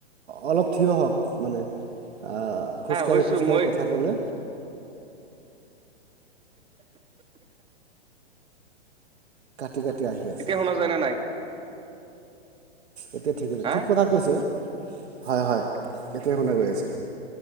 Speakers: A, on the right; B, on the right.
A: অলপ থিয় হওঁক মানে আ খোজকাঢ়ি
B: হৈছো
A: খোজকাঢ়ি
B: মই
A: কথা ক'লে ঠিক এতিয়া আহি আছে
B: শুনা যায় নে নাই
A: এতিয়া ঠিক
B: হা
A: ঠিক কথা কৈছে হয় হয় এতিয়া শুনা গৈ আছে